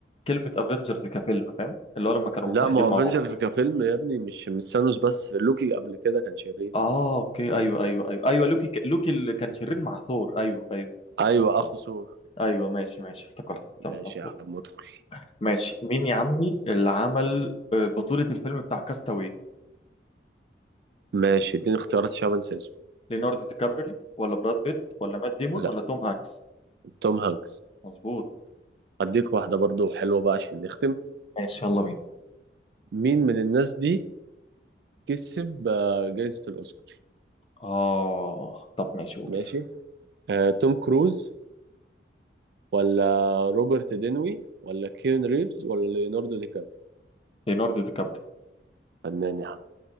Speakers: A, on the left (about 30°); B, on the right (about 60°).
A: كلمة افنجرز كفيلم فاهم اللي هو لما كانوا
B: لا
A: متحدين
B: ما هو
A: مع
B: افنجرز
A: بعض
B: كفيلم يا ابني مش مش سانوس بس لوكي قبل كده كان شرير
A: اه اوكي ايوه ايوه ايوه ايوه لوكي ك... لوكي اللي كان شرير مع ثور ايوه ايوه
B: ايوه اخو ثور
A: ايوه ماشي ماشي افتكرت
B: ماشي
A: تمام، مظبوط
B: يا عم ادخل
A: ماشي مين يا عمي اللي عمل آه، بطولة الفيلم بتاع كاستاوي
B: ماشي اديني اختيارات عشان أنا بنسى اسمه
A: ليوناردو دي كابريو ولا براد بيت ولا مات ديمون
B: لا
A: ولا توم هانكس
B: توم هانكس
A: مظبوط
B: اديك واحدة برضو حلوة بقى عشان نختم
A: ماشي يلا بينا
B: مين من الناس دي كسب آه، جايزة الأوسكار
A: اه طب ماشي قول
B: ماشي آه، توم كروز ولا روبرت دينوي ولا كيون ريفز ولا ليوناردو دي كابري
A: ليوناردو دي كابريو
B: فنان يا عم